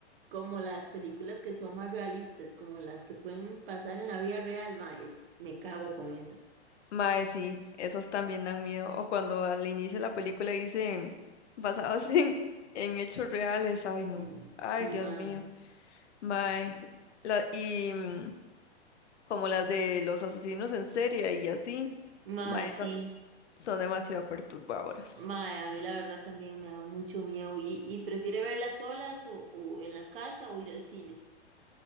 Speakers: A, on the right (about 55°); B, on the left (about 85°).
A: como las películas que son más realistas, como las que pueden pasar en la vida real, mae. Me cago con esas.
B: Mae, sí, esas también dan miedo. O cuando al inicio de la película dicen basados <laughs> en, en hechos reales. Ay, no.
A: Y,
B: Ay,
A: sí,
B: Dios
A: mae.
B: mío. Mae.
A: Sí.
B: La, y mm, como las de los asesinos en serie y así.
A: Mae,
B: Mae,
A: sí.
B: son, son demasiado perturbadoras.
A: Mae, a mí la verdad también me da mucho miedo. ¿Y, y prefiere verlas solas o, o en la casa o ir al cine?